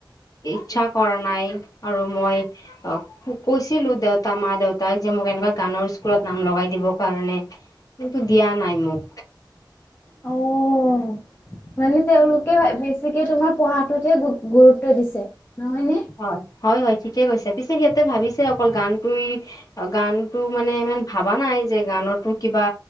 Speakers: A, on the left; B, on the left.
A: ইচ্ছা কৰা নাই। আৰু মই অ' কৈছিলোঁ দেউতা, মা-দেউতাক! যে মোক এনেকুৱা গানৰ স্কুলত নাম লগাই দিবৰ কাৰণে। কিন্তু, দিয়া নাই মোক। <inaudible>
B: অ মানে, তেওঁলোকে বেছিকে তোমাৰ, পঢ়াটোতহে গুৰুত্ব দিছে। নহয় নে?
A: হয়, হয়, হয়! ঠিকে কৈছে। পিছে, সিহঁতে ভাবিছে অকল গানটোই গানটো মানে, ইমান ভাবা নাই যে, গানটো কিবা